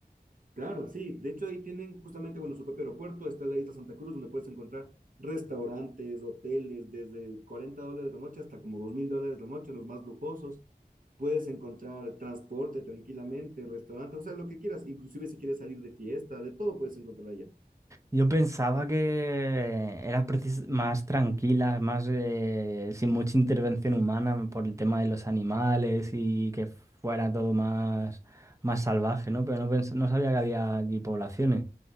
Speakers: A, on the right; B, on the right.
A: Claro, sí. De hecho, ahí tienen justamente, bueno, su propio aeropuerto. Está en la isla Santa Cruz, donde puedes encontrar restaurantes, hoteles, desde 40 dólares la noche hasta como dos mil dólares la noche, los más lujosos. Puedes encontrar transporte tranquilamente, restaurantes, o sea, lo que quieras. Inclusive si quieres salir de fiesta, de todo puedes encontrar allá.
B: Yo pensaba que eran precis- más tranquilas, más eh, sin mucha intervención humana por el tema de los animales y que fuera todo más, más salvaje, ¿no? Pero no, pens- no sabía que había allí poblaciones.